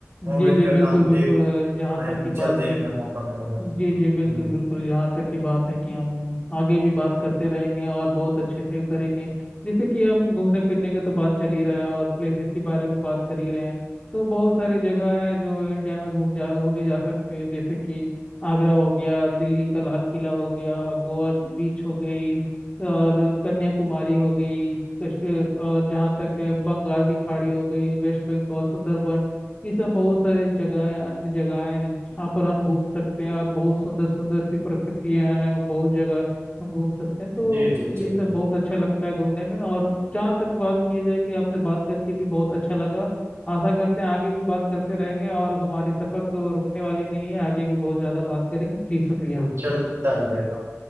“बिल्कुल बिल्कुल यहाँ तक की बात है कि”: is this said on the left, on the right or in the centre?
Left